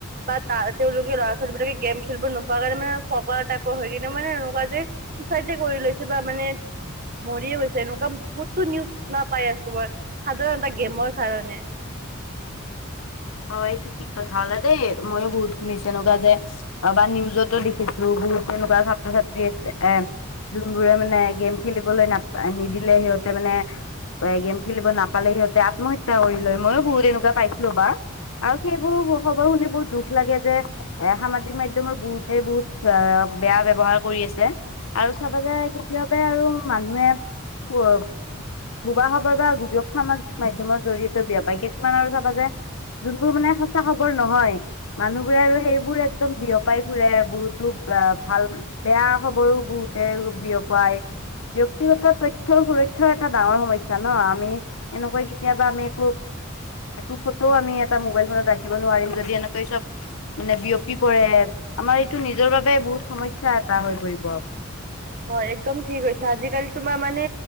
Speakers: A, on the right; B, on the left.
A: বা ত তেওঁলোকে ল'ৰা ছোৱালী বিলাকে <unintelligible> গেম খেলিব নোপোৱাৰ কাৰণে মানে পকাৰ টাইপৰ হয় কিন্ত মানে এনেকুৱা যে চুচাইড কৰি লৈছে বা মানে <unintelligible> মৰিয়ে গৈছে এনেকুৱা বহুততো নিউজ শুনা পাই আছো মই সাধাৰণ গেমৰ কাৰণে <unintelligible>
B: <inaudible> অ এইটো ঠিক কথা হলে দেই ময়ো বহুত শুনিছো এনেকুৱা যে বা নিউজতো লিখিছো <unintelligible> টো তেনেকুৱা ছাত্ৰ ছাত্ৰী আছে। এ। যোনবোৰে মানে গেম খেলিবলৈ নাপা নিদিলে সিহঁতে মানে <unintelligible> গেম খেলিব নাপালে সিহঁতে আত্মহত্যা কৰি লয় ময়ো বহুত এনেকুৱা পাইছিলো বা আৰু সেইবোৰ খবৰ শুনি বহুত দুখ লাগে যে এ সামাজিক মাধ্যমৰ বহুতেই বহুত বেয়া ব্যৱহাৰ কৰি আছে আৰু চাব যে কেতিয়াবা আৰু মানুহে উ। সবা খবৰ বা গুজব সামাজিক মাধ্যমৰ জৰিয়তে বেয়া পায় কিছুমান আৰু চাবা যে - <unintelligible> যোনবোৰ মানে সঁচা খবৰ নহয় মানুহবোৰে আৰু সেইবোৰ একদম বিয়পাই ফুৰে বহুতো <unintelligible> ভাল বেয়া খবৰো বহুতে বিয়পাই। ব্যয়ক্তিগত তথ্যয়ৰ সুৰক্ষা এটা ডাঙৰ সমস্যা ন আমি। এনেকৈ কেতিয়াবা আমি একো একো কতও আমি। ত ৰাখিব নোৱাৰিম যদি এনেকৈ চব মানে বিয়পি পৰে। আমাৰ এইটো নিজৰ বাবে বহুত সমস্যা এটা হৈ পৰিব।
A: হয় একদম ঠিক হৈছে। আজিকালি তোমাৰ মানে